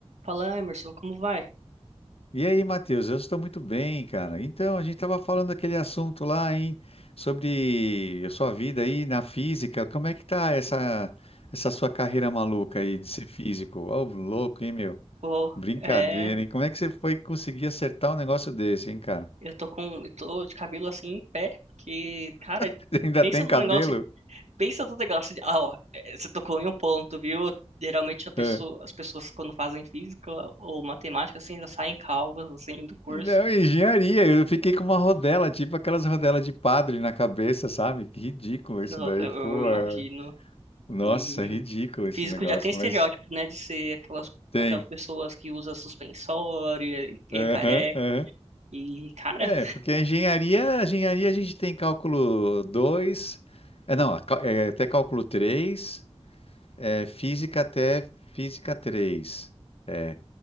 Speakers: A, on the right; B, on the left.
A: Fala, Emerson, como vai?
B: E aí, Matheus, eu estou muito bem, cara. Então, a gente estava falando daquele assunto lá, hein, sobre a sua vida aí na física. Como é que tá essa essa sua carreira maluca aí de ser físico? Ô, louco, hein, meu?
A: Pô,
B: Brincadeira,
A: é,
B: hein? Como é que você foi conseguir acertar um negócio desse, hein, cara?
A: eu tô com, eu tô de cabelo assim em pé, porque, cara,
B: <laughs> Ainda
A: pensa
B: tem
A: no
B: cabelo?
A: negócio, pensa no negócio de, ah, ó, é, você tocou em um ponto, viu? Geralmente a pessoa,
B: É.
A: as pessoas quando fazem física ou matemática, assim, já saem calvas, assim, do curso.
B: E Não, engenharia. Eu fiquei com uma rodela, tipo aquelas rodelas de padre na cabeça, sabe? Que ridículo isso
A: Nossa,
B: daí,
A: eu,
B: pô.
A: eu imagino.
B: é. Nossa,
A: E
B: ridículo esse
A: físico
B: negócio,
A: já tem estereótipo,
B: mas
A: né, de ser aquelas,
B: tem.
A: aquelas pessoas que usa suspensório e é
B: Aham,
A: careca.
B: aham.
A: E, cara,
B: É, porque a engenharia, a engenharia a gente tem cálculo 2, é, não, a cá- é, até cálculo 3, é, física até física 3, É,